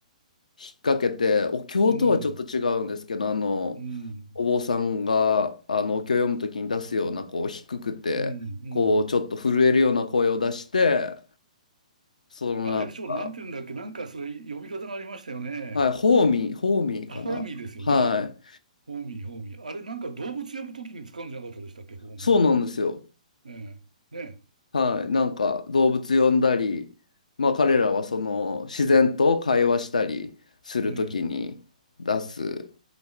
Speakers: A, on the left (about 70°); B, on the right (about 75°).
A: 引っ掛けて、お経とはちょっと違うんですけど、
B: うん、
A: あの、
B: うん、
A: お坊さんが、あの、お経を読むときに出すような、こう、低くて、
B: うん、うん。
A: こう、ちょっと震えるような声を出して、そのなんか、
B: あれでしょ、なんていうんだっけ、なんかそれ呼び方がありましたよね。
A: はい、ホーミー、ホーミーかな。
B: あ、ホーミーですよね。
A: はい。
B: ホーミー、ホーミー。あれなんか動物呼ぶときに使うんじゃなかったでしたっけ、ホーミーって。
A: そうなんですよ。
B: ええ、ね
A: はい。なんか動物呼んだり、まあ彼らはその自然と会話したりするときに出す
B: え、ええ。